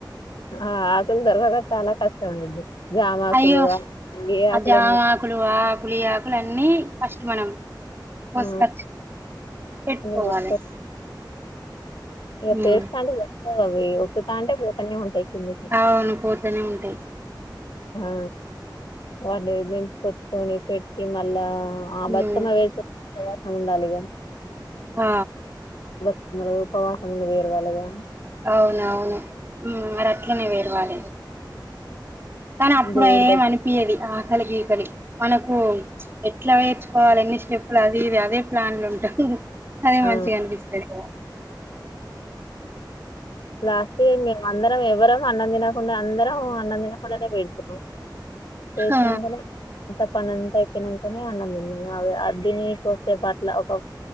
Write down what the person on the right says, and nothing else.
అయ్యో
అ జామ ఆకులు ఆకులి ఆకులు అన్నీ ఫస్ట్ మనం కోస్కచ్చ
పెట్టుకోవాలి
హ్మ్
అవును పోతనే ఉంటాయి
హ్మ్
ఆ
అవున అవును ఉమ్ మరి అట్లనే పెరవాలి కానీ అప్పుడు
ఏం
అనిపియది ఆకలి గీకలి మనకు ఎట్లా పెర్చుకోవాలి ఎన్ని స్టెప్పులు అది ఇది అదే ప్లాన్ల ఉంటా అదే
మంచిగా అనిపిస్తది కదా
ఆ